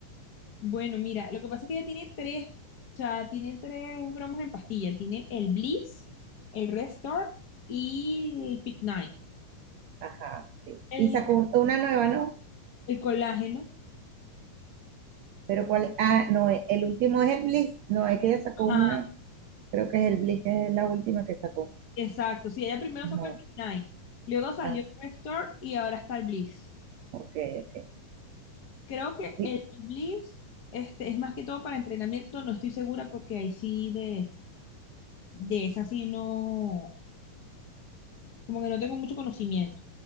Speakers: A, on the left (about 45°); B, on the right (about 75°).
A: Bueno, mira, lo que pasa es que ella tiene tres, o sea, tiene tres bromas en pastilla. Tiene el Bliss, el Restore y el Fit Night.
B: Ajá, sí.
A: El,
B: Y sacó un- una nueva, ¿no?
A: el colágeno.
B: Pero cuál, ah, no, eh, el último es el Bliss, no, es que ella sacó
A: Ajá,
B: una, creo que es el Bliss, que es la última que sacó.
A: exacto. Sí, ella primero
B: Ajá,
A: sacó el Fit Night, luego salió
B: ah,
A: el Restore y ahora está el Bliss.
B: ok, ok,
A: Creo que
B: sí,
A: el Blitz este, es más que todo para entrenamiento, no estoy segura porque ahí sí de, de esa sí no, como que no tengo mucho conocimiento.